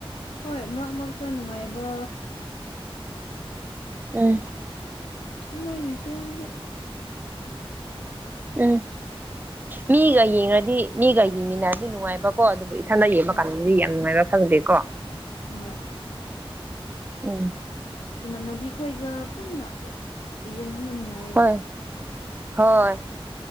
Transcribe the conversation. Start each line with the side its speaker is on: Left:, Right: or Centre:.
Left: ꯍꯣꯏ ꯃꯔꯛ ꯃꯔꯛꯇ ꯅꯨꯡꯉꯥꯏꯕ
Right: ꯎꯝ
Left: ꯃꯣꯏꯒꯤ ꯐꯤꯂꯝꯁꯦ
Right: ꯎꯝ ꯃꯤꯒ ꯌꯦꯡꯉꯗꯤ ꯃꯤꯒ ꯌꯦꯡꯃꯤꯟꯅꯔꯗꯤ ꯅꯨꯡꯉꯥꯏꯕꯀꯣ ꯑꯗꯨꯕꯨ ꯏꯊꯟꯇꯥ ꯌꯦꯡꯕ
Left: ꯑ
Right: ꯀꯥꯟꯗꯗꯤ ꯌꯥꯝ ꯅꯨꯡꯉꯥꯏꯕ ꯐꯪꯗꯦꯀꯣ
Left: ꯍꯣꯏ
Right: ꯎꯝ
Left: ꯏꯃꯥꯟꯅꯕꯤ ꯈꯣꯏꯒ ꯄꯨꯟꯅ ꯌꯦꯡꯕꯅ ꯅꯨꯡꯉꯥꯏ
Right: ꯍꯣꯏ ꯍꯣꯏ